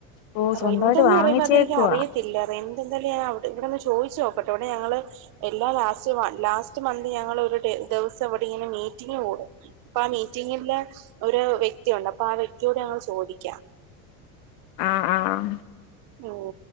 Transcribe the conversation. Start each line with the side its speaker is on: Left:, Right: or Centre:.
Left: ഓ സ്വന്തമായിട്ട്
Right: റെന്റ് എന്ന്
Left: വാങ്ങിച്ചേക്കുവാ
Right: പറയുമ്പോ അത് എനിക്ക് അറിയത്തില്ല റെന്റ് എന്തായാലു ഞാൻ ഇവിടെന്ന് ചോയി ചോക്കാട്ടെ ഇവിടെ ഞങ്ങൾ എല്ലാ ലാസ്റ്റ് വ ലാസ്റ്റ് മന്ത് ഞങ്ങൾ ഒരു ഡേ ദിവസം എവിടെ ഇങ്ങനെ മീറ്റി ഓടും പ്പ മീറ്റിങ്ങില്ലേ. ഒരു വ്യക്തിയുണ്ട് അപ്പാ ആ വ്യക്തിയോട് ഞങ്ങൾ ചോദിക്കാ.
Left: ആഹ് ആഹ്
Right: ഉ